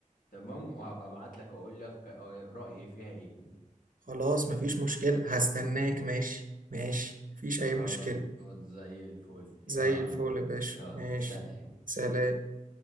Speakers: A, on the left; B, on the right.
A: تمام وهبقى ابعت لك اقول لك رايي فيها ايه
B: خلاص مفيش مشكلة هستناك ماشي ماشي مفيش
A: خلاص
B: أي مشكلة
A: زي الفل
B: زي
A: يلا
B: الفل يا باشا
A: يلا
B: ماشي
A: سلام
B: سلام